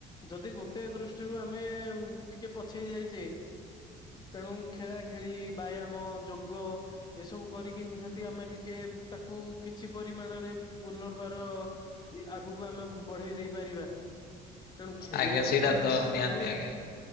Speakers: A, on the left (about 25°); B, on the left (about 70°).
A: ଯଦି ଗୋଟେ ଦୃଷ୍ଟିରୁ ଆମେ ଟିକେ ପଛେଇ ଯାଇଛେ। ତେଣୁ ଖେଳା ଖେଳି ବ୍ୟାୟାମ ଯୋଗ ଏସବୁ କରିକି ନିହାତି ଆମେ ଟିକେ ତାକୁ କିଛି ପରିମାଣରେ ପୁନର୍ବାର ଇ ଆଗକୁ ଆମେ ବଢେଇ ଦେଇ ପାରିବା। ତେଣୁ ଖେଳିବାଟା
B: ଆଜ୍ଞା ସେଇଟା ତ ନିହାତି
A: ଜରୁରୀ।
B: ଆଜ୍ଞା